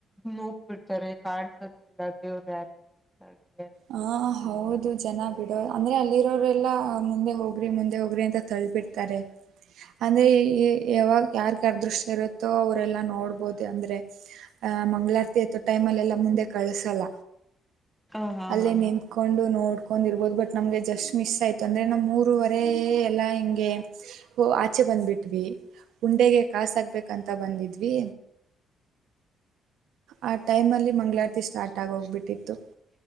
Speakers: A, in the centre; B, on the right.
A: ನೂಕ್ ಬಿಡ್ತಾರೆ ಕಡ್ಸದೆೇ ಇಲ್ಲ ದೇವರು ಯಾರ ನೀ
B: ಹ ಹೌದು ಜನ ಬಿಡೋ ಅಂದ್ರೆ ಅಲ್ಲಿರೋರೆ ಎಲ್ಲಾ ಮುಂದೆ ಹೋಗ್ರಿ ಮುಂದೆ ಹೋಗ್ರಿ ಅಂತ ತಳ್ ಬಿಡ್ತಾರೆ ಅಂದ್ರೆ ಈ ಯಾವಾಗ ಯಾರ್ ಯಾರ್ ದೃಷ್ಟ ಇರುತ್ತೋ ಅವ್ರಲ್ಲಾ ನೋಡ್ಬೋದು ಅಂದ್ರೆ ಆ ಮಂಗ್ಗಳಾರ್ತಿ ಆತ ಟೈಮ ಅಲ್ಲ ಎಲ್ಲಾ ಮುಂದೆ ಕಳ್ಸಲ್ಲ
A: ಹಾ ಹಾ
B: ಅಲ್ಲೇ
A: ಹಾ
B: ನೇಮಕು ಕಕೊಂಡು ನೋಡ್ಕೊಂಡಿರ್ಬೋದು ಬಟ್ ನಮಗೆ ಜಸ್ಟ್ ಮಿಸ್ ಆಯಿತು ಅಂದರೆ ನಮ್ಮ ಮೂರರುವರೆ ಎಲ್ಲ ಹಿಂಗೆ ಹೋ ಆಚೆ ಬಂದ್ಬಿಟ್ವಿ ಹುಂಡೆಗೆ ಕಾಸಕ್ಬೇಕಂತ ಬಂದಿದ್ವಿ ಆ ಟೈಮ್ ಅಲ್ಲಿ ಮಂಗ್ಗಳಾರತಿ ಸ್ಟಾರ್ಟ್ ಆಗ ಹೋಗ್ಬಿಟ್ಟಿತ್ತು